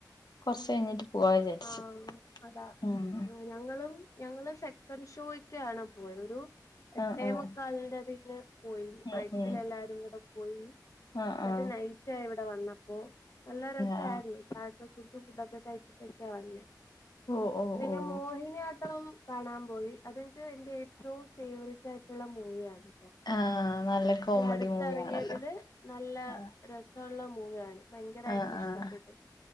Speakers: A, on the left; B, on the left.
A: കൊറച്ച് കഴിഞ്ഞിട്ട് പോവാ വിചാരിച്ചു
B: ആഹ് ഉം അതാ
A: ഉം
B: ഞങ്ങളും ഞങ്ങള് സെക്കൻ്ഷോക്കാണ് പോയത്. ഒരു എട്ടേ
A: ആഹ് ആഹ്
B: മുക്കാൽന്റെ അതിന്ന് പോയി ബൈക്കിൽ
A: ഉം ഉം
B: എല്ലാരും കൂടെ പോയി.
A: ആഹ്
B: എന്നിട്ട്
A: ആഹ്
B: നൈറ്റായി ഇവിടെ വന്നപ്പോ. നല്ല രസായിരുന്നു.
A: ആഹ്
B: കാലത്തെ ഫുഡും ഫുഡൊക്കെ കഴിച്ചിട്ടൊക്കെ വന്നെ.
A: ഓഹ് ഓഹ്
B: പിന്നെ
A: ഓഹ്
B: മോഹിനിയാട്ടം കാണാൻ പോയി. അതെനിക്ക് എന്റെ ഏറ്റവും ഫേവറിറ്റ് ആയിട്ടുള്ള മൂവിയാണ്.
A: ആഹ് നല്ല കോമഡി
B: ഈ അടുത്തിറങ്ങിയതില്
A: മൂവിയാണല്ലോ
B: നല്ല
A: ആഹ്
B: രസൊള്ള മൂവിയാണ്. ഭയങ്കരായിട്ട്
A: ആഹ്
B: ഇഷ്ടപ്പെട്ടു
A: ആഹ്